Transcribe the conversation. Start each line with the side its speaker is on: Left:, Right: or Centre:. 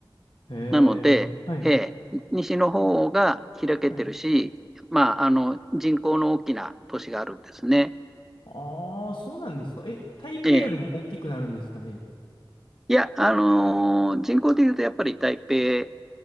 Left: へえ、
Centre: なので、
Left: はい、
Centre: えー西の方が開けてるし、
Left: はい。
Centre: まあ、あの、人口の大きな都市があるんですね。
Left: ああ、そうなんですか。え、台北よりも大きくなるんですかね。
Centre: ええ。いや、あのー人口でいうとやっぱり台北